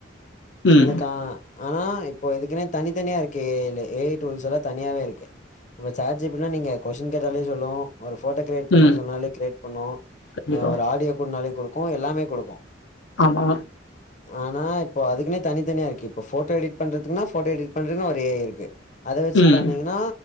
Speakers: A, on the left; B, on the left.
A: ம்.
B: உனக்கா ஆனா இப்போ இதுக்னே தனித்தனியா இருக்கே ஏலு ஏ ஐ டூல்ஸ் எல்லா தனியாவேருக்கு இப்ப சாட் ஜி பி டி னா நீங்க கொஸ்டின் கேட்டாலே சொல்லோ ஒரு ஃபோட்டோ க்ரேட் பண்ணே
A: ம்.
B: சொன்னாலே க்ரேட் பண்ணோ
A: கண்டிப்பா.
B: ஒரு ஆடியோ குடுனாலே குடு கும் எல்லாமே குடுக்கூ
A: ஆமா
B: ஆனா இப்போ அதுக்னே தனிதனியா ருக்கு இப்போ போட்டோ எடிட் பண்றதுகுன்னா போட்டோ எடிட் பண்றதுகுன்னா ஒரு ஏ ஐ இருக்கு அத வெச்சி
A: ம்.
B: பந்தீங்ன்னா